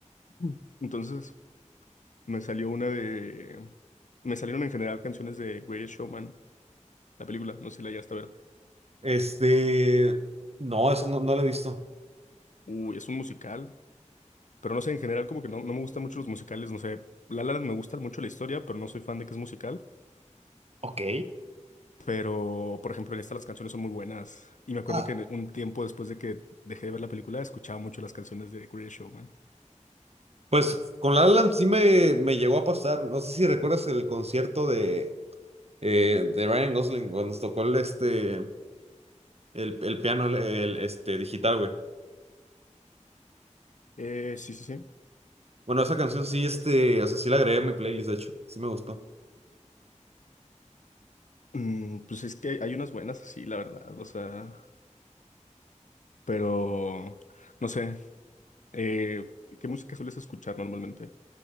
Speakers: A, on the left (about 75°); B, on the right (about 55°).
A: Mm. Entonces, me salió una de... Me salieron en general canciones de Greatest Showman, la película, no sé si la llegaste a ver.
B: Este, no, eso no, no lo he visto.
A: Uy, es un musical, pero no sé, en general como que no, no me gustan mucho los musicales, no sé. La La Land me gusta mucho la historia, pero no soy fan de que es musical.
B: Ok.
A: Pero, por ejemplo, en esta las canciones son muy buenas. Y me acuerdo
B: Ah.
A: que en- un tiempo después de que dejé de ver la película, escuchaba mucho las canciones de Greatest Showman.
B: Pues con La La Land sí me, me llegó a pasar. No sé si recuerdas el concierto de, eh, de Ryan Gosling cuando nos tocó el, este, el, el piano el, el, este, digital, güey.
A: Eh, sí, sí, sí.
B: Bueno, esa canción sí, este, o sea, sí la agregué a mi playlist, de hecho. Sí me gustó.
A: Mm, pues es que hay unas buenas así, la verdad, o sea, pero no sé, eh, ¿qué música sueles escuchar normalmente?